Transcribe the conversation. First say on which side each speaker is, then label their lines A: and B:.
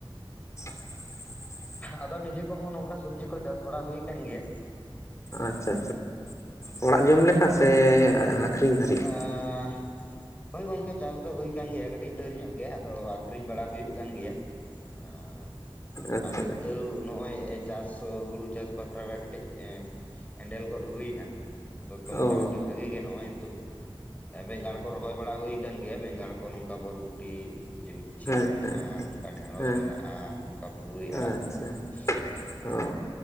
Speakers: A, on the left; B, on the left.
A: <inaudible>
B: ᱟᱫᱚ ᱱᱤᱡᱮ ᱠᱚᱦᱚᱸ ᱱᱚᱝᱠᱟ ᱥᱚᱵᱽᱡᱤ ᱠᱚ ᱪᱟᱥ ᱵᱟᱲᱟ ᱦᱩᱭ ᱠᱟᱱ ᱜᱮᱭᱟ
A: ᱟᱪᱪᱷᱟ ᱟᱪᱪᱷᱟ ᱚᱲᱟᱜ ᱡᱚᱢ ᱞᱮᱠᱟ ᱥᱮ ᱟᱠᱷᱨᱤᱧ ᱫᱷᱟᱹᱨᱤᱡ
B: ᱟᱻ <inaudible> ᱦᱳᱭ ᱜᱚᱝᱠᱮ ᱪᱟᱥ ᱫᱚ ᱦᱩᱭᱠᱟᱱ ᱜᱮᱭᱟ ᱠᱟᱹᱴᱤᱡ ᱫᱟᱹᱨ ᱧᱚᱜ ᱜᱮ ᱟᱫᱚ ᱟᱠᱷᱨᱤᱧ ᱵᱟᱲᱟ ᱦᱩᱭᱩᱜ ᱠᱟᱱ ᱜᱮᱭᱟ ᱚᱻ
A: ᱟᱪᱪᱷᱟ
B: ᱟᱫᱚ ᱛᱟᱹᱣ ᱱᱚᱜᱼᱚᱭ ᱪᱟᱥ ᱦᱩᱲᱩ ᱪᱟᱥ ᱵᱟᱠᱷᱨᱟ ᱨᱮ ᱠᱟᱹᱴᱤᱡ ᱮᱸ ᱮᱸᱰᱮᱞ ᱜᱚᱫ ᱦᱩᱭᱮᱱᱟ ᱟᱫᱚ ᱛᱚ ᱢᱚᱴᱟᱢᱩᱴᱤ
A: ᱚ
B: ᱵᱷᱟᱜᱤ ᱜᱮ ᱱᱚᱜᱼᱚᱭ ᱱᱤᱛᱚᱜ ᱵᱮᱸᱜᱟᱲ ᱠᱚ ᱨᱚᱦᱚᱭ ᱵᱟᱲᱟ ᱦᱩᱭ ᱠᱟᱱ ᱜᱮᱭᱟ ᱵᱮᱸᱜᱟᱲ ᱠᱚ ᱱᱚᱝᱠᱟ ᱵᱚᱨᱵᱩᱴᱤ <unintelligible> ᱪᱷᱟᱹ
A: ᱦᱮᱸ
B: ᱢᱮᱱᱟᱜᱼᱟ
A: ᱦᱮᱸ
B: ᱱᱚᱝᱠᱟ ᱰᱷᱮᱸᱲᱚᱥ
A: ᱦᱮᱸ
B: ᱢᱮᱱᱟᱜᱼᱟ ᱱᱚᱝᱠᱟ ᱯᱩᱨᱟᱹᱭ ᱟᱲᱟᱜ
A: ᱟᱪᱪᱷᱟ
B: ᱠᱚ ᱚᱸ
A: ᱚ